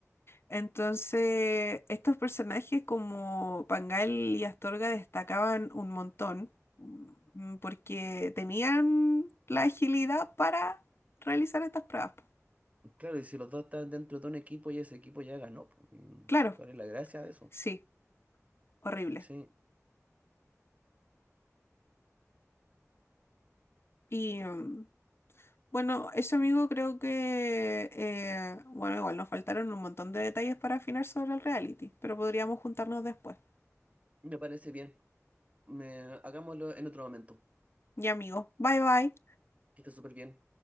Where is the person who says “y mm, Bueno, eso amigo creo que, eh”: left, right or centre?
Left